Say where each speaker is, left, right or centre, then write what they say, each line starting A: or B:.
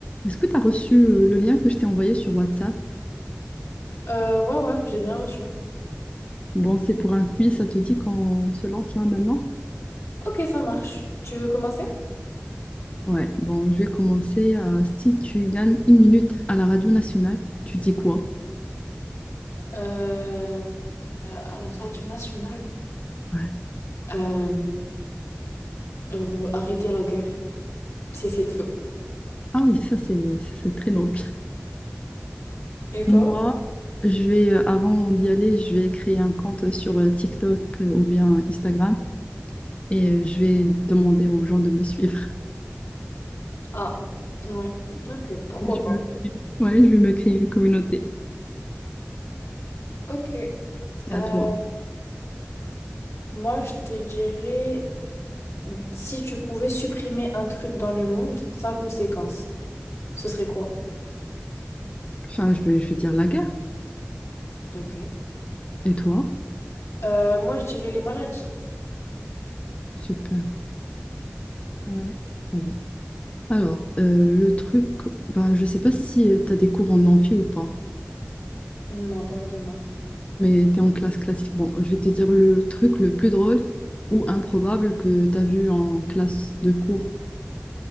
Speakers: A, on the left; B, on the left.
A: Est-ce que tu as reçu euh, le lien que je t'ai envoyé sur WhatsApp?
B: Euh, ouais, ouais, j'ai bien reçu.
A: Bon, c'est pour un quiz, ça te dit qu'on se lance là maintenant?
B: Ok, ça marche. Tu veux commencer?
A: Ouais, bon, je vais commencer. euh, si tu gagnes une minute à la radio nationale, tu dis quoi?
B: Euh, euh, à la radio nationale.
A: Ouais.
B: Euh, re- arrêter la guerre. Cesser le feu.
A: Ah oui, ça c'est ça, c'est très noble.
B: Et toi?
A: Moi, je vais, euh, avant d'y aller, je vais créer un compte sur euh, TikTok euh, ou bien Instagram et euh, je vais demander aux gens de me suivre.
B: Ah, ouais. Ok, pourquoi
A: <laughs> Je
B: pas.
A: vais- ouais, je vais me créer une communauté.
B: Ok.
A: C'est
B: Euh,
A: à toi.
B: moi, je te dirais, si tu pouvais supprimer un truc dans le monde sans conséquence, ce serait quoi?
A: Enfin, je vais, je vais dire la guerre.
B: Ok.
A: Et toi?
B: Euh, moi, je dirais les maladies.
A: Super. Ouais, c'est pas bête. Alors, euh, le truc, bah, je sais pas si tu as des cours en amphi ou pas,
B: Non, pas vraiment.
A: mais tu es en classe classique. Bon, je vais te dire le truc le plus drôle ou improbable que tu as vu en classe de cours.